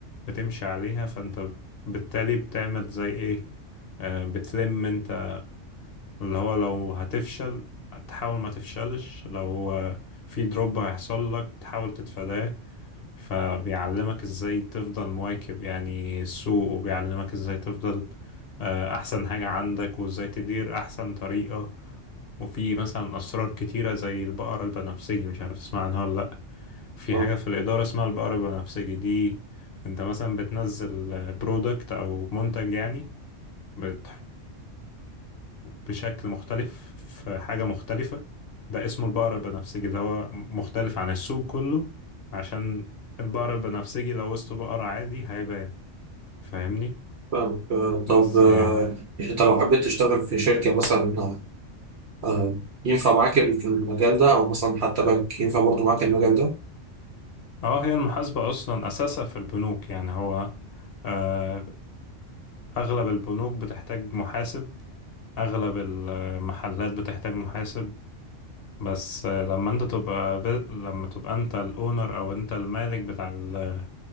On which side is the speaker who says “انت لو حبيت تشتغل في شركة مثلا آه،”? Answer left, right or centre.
Right